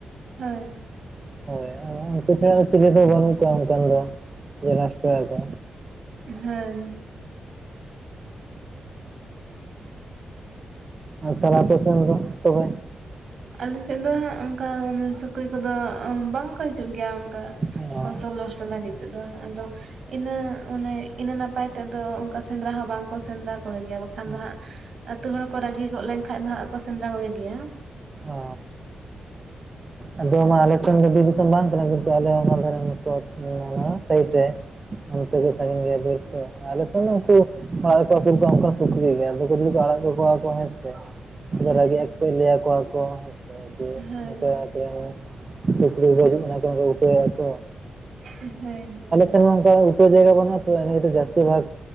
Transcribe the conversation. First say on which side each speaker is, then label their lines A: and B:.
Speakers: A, on the right; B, on the right.
A: ᱦᱳᱭ
B: ᱦᱳᱭ ᱟ ᱩᱝᱠᱩ ᱪᱷᱟᱲᱟ ᱫᱚ ᱪᱤᱞᱤ ᱛᱚ ᱵᱟᱹᱱᱩᱜ ᱠᱚᱣᱟ ᱚᱝᱠᱟᱱ ᱫᱚ ᱡᱮ ᱱᱚᱥᱴᱚᱭᱟᱠᱚ᱾
A: ᱦᱮᱸ
B: ᱟᱨ ᱛᱟᱞᱮ ᱟᱯᱮ ᱥᱮᱱ ᱫᱚ ᱛᱚᱵᱮ?
A: ᱟᱞᱮ ᱥᱮᱜ ᱫᱚ ᱦᱟᱸᱜ ᱚᱝᱠᱟ ᱥᱩᱠᱨᱤ ᱠᱚᱫᱚ ᱚᱸ ᱵᱟᱝᱠᱚ ᱦᱤᱡᱩᱜ ᱜᱮᱭᱟ ᱚᱝᱠᱟ᱾
B: ᱚ
A: ᱯᱷᱚᱥᱚᱞ ᱱᱚᱥᱴᱚ ᱞᱟᱹᱜᱤᱜ ᱛᱮᱫᱚ ᱟᱫᱚ ᱤᱱᱟ ᱚᱱᱮ ᱤᱱᱟᱹ ᱱᱟᱯᱟᱭ ᱛᱮ ᱟᱫᱚ ᱚᱝᱠᱟ ᱥᱮᱸᱫᱽᱨᱟ ᱦᱚᱸ ᱵᱟᱝᱠᱚ ᱥᱮᱸᱫᱽᱨᱟ ᱠᱚ ᱜᱮᱭᱟ ᱵᱟᱠᱷᱟᱱ ᱫᱚ
B: ᱚ
A: ᱦᱟᱸᱜ ᱟᱹᱛᱩ ᱦᱚᱲ ᱠᱚ ᱨᱟᱹᱜᱤ ᱜᱚᱜ ᱞᱮᱱᱠᱷᱟᱡ ᱫᱚᱦᱟᱸᱜ ᱠᱚ ᱥᱮᱸᱫᱽᱨᱟ ᱠᱚᱜᱮ ᱜᱮᱭᱟ᱾
B: ᱚ ᱟᱫᱚ ᱢᱟ ᱟᱞᱮ ᱥᱮᱱ ᱫᱚ ᱵᱤᱨ ᱫᱤᱥᱚᱢ ᱵᱟᱝ ᱠᱟᱱᱟ, ᱠᱤᱱᱛᱩ ᱟᱞᱮ ᱚᱱᱟ ᱫᱷᱟᱨᱮ ᱨᱮᱱ ᱠᱚ ᱟᱱᱟ ᱥᱟᱭᱤᱰ ᱨᱮ ᱚᱱᱛᱮ ᱜᱮ ᱥᱟᱺᱜᱤᱧ ᱜᱮᱭᱟ ᱵᱤᱨ ᱠᱚ ᱟᱞᱮ ᱥᱮᱱ ᱫᱚ ᱩᱝᱠᱩ ᱟᱲᱟᱜ ᱨᱮᱠᱚ ᱟᱹᱥᱩᱞ ᱠᱚᱣᱟ ᱚᱜᱠᱟ ᱥᱩᱠᱨᱤ ᱜᱮ ᱟᱫᱚᱠᱩ ᱡᱩᱫᱤ ᱠᱚ ᱟᱲᱟᱜ ᱠᱟᱠᱚᱣᱟ ᱠᱚ ᱦᱮᱸ ᱥᱮ ᱟᱫᱚ
A: ᱦᱳᱭ
B: ᱨᱟᱹᱜᱤᱜᱼᱟ ᱠᱚ ᱞᱟᱹᱭᱟ ᱠᱚᱣᱟ ᱠᱚ ᱦᱮᱸᱥᱮ ᱡᱮ <unintelligible>
A: ᱦᱳᱭ
B: ᱥᱩᱠᱨᱤ ᱠᱚᱠᱚ ᱦᱤᱡᱩᱜ ᱠᱟᱱᱟ ᱠᱚ ᱩᱴᱟᱹᱭᱟᱠᱚ
A: ᱦᱮᱸ ᱦᱮᱸ
B: ᱮᱱᱛᱮ ᱨᱮᱦᱚᱸᱚᱠᱟ ᱩᱴᱟᱹ ᱡᱟᱭᱜᱟ ᱵᱟᱹᱱᱩᱜᱼᱟ ᱛᱚ ᱤᱱᱟᱹ ᱠᱷᱟᱛᱤᱨ ᱡᱥᱛᱤ ᱵᱷᱟᱜ